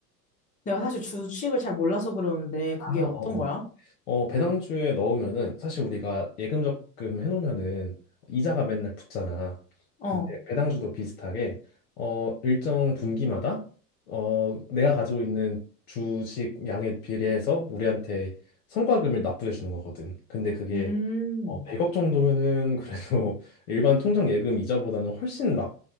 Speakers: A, on the left; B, on the left.
A: 내가 사실 주식을 잘 몰라서 그러는데 그게
B: 아,
A: 어떤
B: 어어.
A: 거야?
B: 어, 배당주에 넣으면은 사실 우리가 예금 적금 해놓으면은 이자가 맨날 붙잖아.
A: 어.
B: 근데 배당주도 비슷하게 어, 일정 분기마다 어, 내가 가지고 있는 주식 양에 비례해서 우리한테 성과금을 납부해 주는 거거든. 근데 그게
A: 음,
B: 어, 100억 정도면은 그래도 <laughs> 일반 통장 예금 이자보다는 훨씬 나,